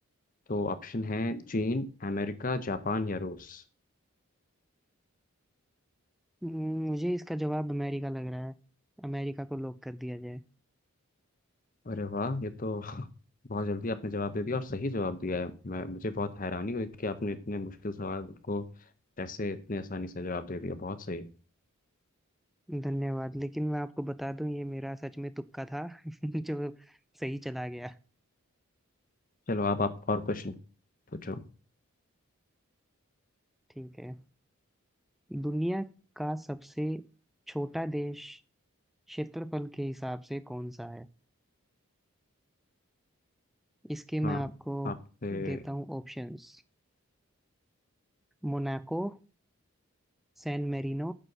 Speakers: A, on the left; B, in the centre.
A: तो ऑप्शन है चीन अमेरिका जापान या रूस
B: हम्म, मुझे इसका जवाब अमेरिका लग रहा है अमेरिका को लॉक कर दिया जाए
A: अरे वाह ये तो <laughs> बहुत जल्दी आपने जवाब दे दिया और सही जवाब दिया है मैं मुझे बहुत हैरानी हुई कि आपने इतने मुश्किल सवाल को कैसे इतने आसानी से जवाब दे दिया बहुत सही
B: धन्यवाद लेकिन मैं आपको बता दूं ये मेरा सच में तुक्का था <laughs> जो सही चला गया
A: चलो अब आप और क्वेश्चन पूछो
B: ठीक है दुनिया का सबसे छोटा देश क्षेत्रफल के हिसाब से कौन सा है इसके मैं
A: हाँ
B: आपको
A: आपसे
B: देता हूँ options Monaco San Marino